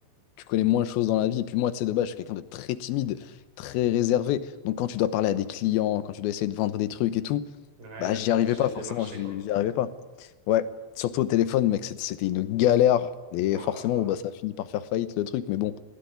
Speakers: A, on the left (about 85°); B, on the right (about 75°).
A: tu connais moins de choses dans la vie, et puis moi, tu sais, de base, je suis quelqu'un de très timide, très réservé. Donc, quand tu dois parler à des clients, quand tu dois essayer de vendre des trucs et tout,
B: Ouais,
A: bah,
B: là,
A: j'y
B: t'es
A: arrivais
B: obligé
A: pas,
B: de
A: forcément,
B: démarcher,
A: j'y
B: quoi.
A: j'y arrivais pas. Ouais, surtout au téléphone, mec, c'est- c'était une galère, et
B: Waouh.
A: forcément, bon, bah, ça a fini par faire faillite le truc, mais bon.